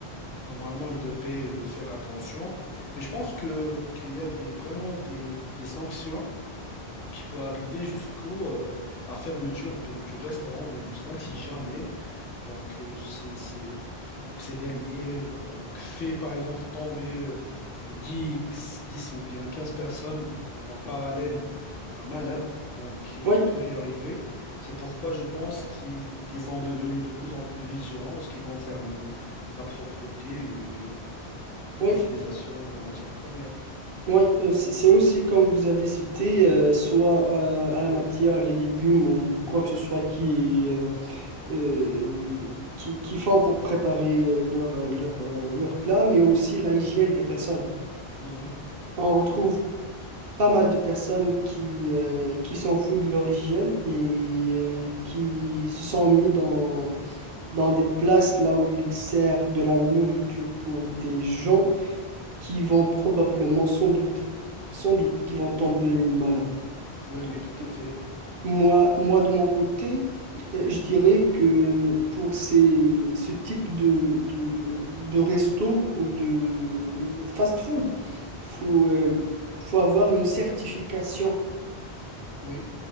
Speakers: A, on the left; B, on the right.
A: normalement, ils devraient euh, faire attention. Mais je pense que qu'il y a des, vraiment des, des sanctions qui peuvent arriver jusqu'au euh, la fermeture de- du restaurant ou bien du snack si jamais donc, euh, c'est, c'est, donc ces derniers euh, donc fait par exemple tomber euh, 10 10 ou bien 15 personnes euh, en parallèle un malade, donc euh,
B: oui,
A: il peut y arriver. C'est pourquoi je pense qu'ils qu'ils ont devenu de plus en plus vigilants en ce qui concerne euh, la propreté et bien
B: oui,
A: l'utilisation de la matière première.
B: oui. Euh, C'est c'est aussi comme vous avez cité, euh, soit euh, à la matière, les légumes ou quoi que ce soit qui est euh, euh, qui, qui font pour préparer euh, leur, euh, leur, euh, leur plat, mais aussi la hygiène des personnes.
A: Mhm.
B: On retrouve pas mal de personnes qui, euh, qui s'en foutent de leur hygiène et euh, qui se sont mis dans, dans des places là où ils servent de la nourriture pour des gens qui vont probablement, sans doute, sans doute, qui vont
A: Oui.
B: tomber malades.
A: Oui, oui,
B: Donc,
A: tout à fait.
B: Moi, moi, de mon côté, euh, je dirais que pour ces, ce type de, de, de resto ou de fast-food, faut, euh, faut avoir une certification
A: Oui,